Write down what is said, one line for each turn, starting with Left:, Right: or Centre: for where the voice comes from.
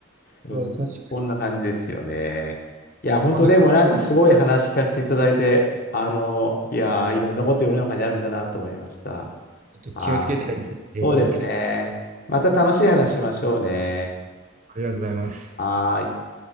Right: そう、
Left: うん。
Right: 確かに。
Left: こんな感じですよね。いや、本当でもなんかすごい話聞かせていただいて、
Right: 今度、ち
Left: あの、いやー、いろんなこと世の中にあるんだなと思いました。
Right: ょっと気をつけたいですね。
Left: ああ、
Right: 旅行行くと。
Left: そうですね。また楽しい話しましょうね。
Right: ありがとうございます。
Left: はーい。